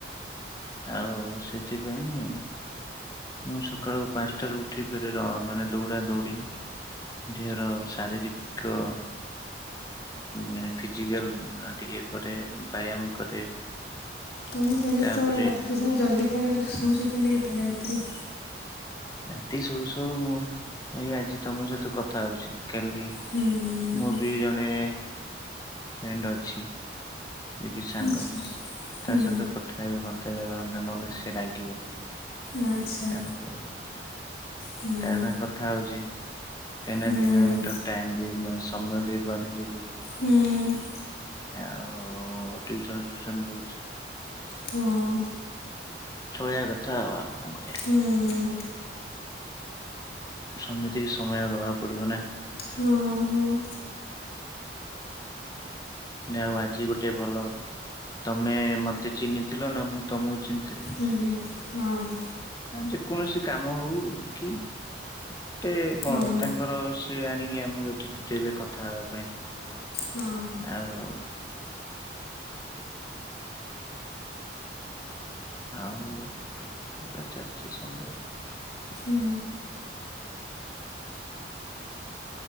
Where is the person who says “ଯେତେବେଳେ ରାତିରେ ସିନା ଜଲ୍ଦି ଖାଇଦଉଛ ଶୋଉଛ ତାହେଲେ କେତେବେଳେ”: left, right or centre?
Left